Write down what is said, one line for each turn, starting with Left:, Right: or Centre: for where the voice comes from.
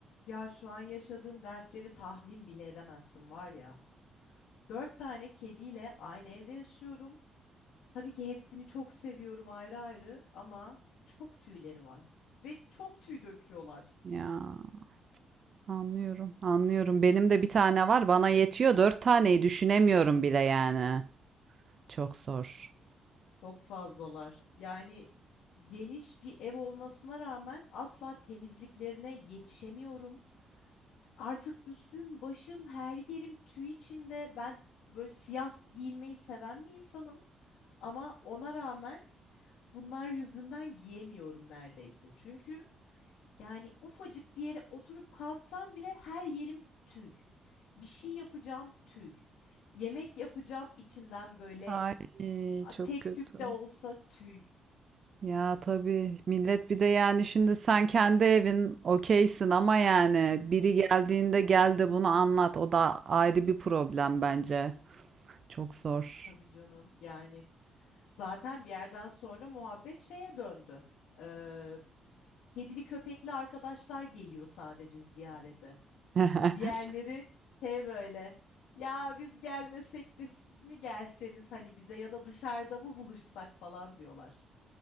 Left: Ya şu an yaşadığım dertleri tahmin bile edemezsin var ya. Dört tane kediyle aynı evde yaşıyorum. Tabii ki hepsini çok seviyorum ayrı ayrı ama çok tüyleri var. Ve çok tüy döküyorlar.
Right: Ya anlıyorum, anlıyorum. Benim de bir tane var, bana yetiyor. Dört taneyi düşünemiyorum bile yani. Çok zor.
Left: Çok fazlalar. Yani geniş bir ev olmasına rağmen asla temizliklerine yetişemiyorum. Artık üstüm, başım, her yerim tüy içinde. Ben böyle siyah giyinmeyi seven bir insanım. Ama ona rağmen bunlar yüzünden giyemiyorum neredeyse. Çünkü yani ufacık bir yere oturup kalksam bile her yerim tüy. Bir şey yapacağım tüy. Yemek yapacağım içinden böyle
Right: Ay
Left: a,
Right: çok
Left: tek
Right: kötü.
Left: tük de olsa tüy.
Right: Ya tabii millet bir de yani şimdi sen kendi evin okeysin ama yani biri geldiğinde geldi bunu anlat. O da ayrı bir problem bence. Çok zor.
Left: Tabii canım yani zaten bir yerden sonra muhabbet şeye döndü. Ee, kedili köpekli arkadaşlar geliyor sadece ziyarete.
Right: <laughs>
Left: Diğerleri şey böyle. Ya biz gelmesek de siz mi gelseniz hani bize ya da dışarıda mı buluşsak falan diyorlar.